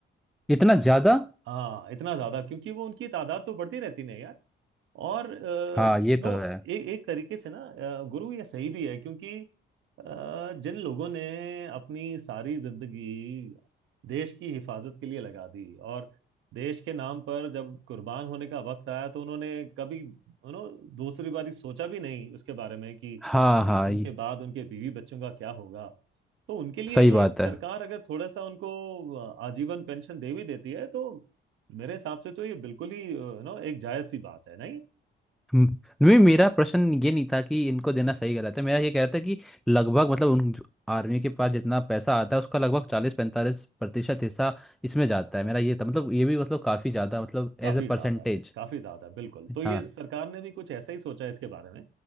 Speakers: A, in the centre; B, on the right (about 80°).
A: इतना ज्यादा
B: हाँ इतना ज्यादा क्योंकि वो उनकी तादाद तो बढ़ती रहती नहीं यार और अ,
A: हाँ ये
B: नो
A: तो है
B: ए, एक तरीके से ना अ, गुरु ये सही भी है क्योंकि अ, जिन लोगों ने अपनी सारी जिंदगी देश की हिफाजत के लिए लगा दी और देश के नाम पर जब कुर्बान होने का वक्त आया तो उन्होंने कभी उन्होंने दूसरी बारी सोचा भी नहीं उसके बारे में कि
A: हाँ हाँ
B: उनके
A: ये
B: बाद उनके बीवी बच्चों का क्या होगा तो उनके लिए
A: सही
B: ये
A: बात
B: सरकार
A: है
B: अगर थोड़ा सा उनको अ, आजीवन पेंशन दे भी देती है तो मेरे हिसाब से तो ये बिल्कुल ही नो एक जायज सी बात है नहीं
A: हम्म, नहीं मेरा प्रश्न ये नहीं था कि इनको देना सही गलत है मेरा ये कह रहा था कि लगभग मतलब उन आर्मी के पास जितना पैसा आता है उसका लगभग चालीस पैंतालीस प्रतिशत हिस्सा इसमें जाता है मेरा ये था मतलब ये भी मतलब काफी ज्यादा मतलब
B: काफी
A: एज ए
B: ज्यादा
A: परसेंटेज
B: है काफी ज्यादा है, बिल्कुल तो ये
A: हाँ
B: सरकार ने भी कुछ ऐसा ही सोचा है इसके बारे में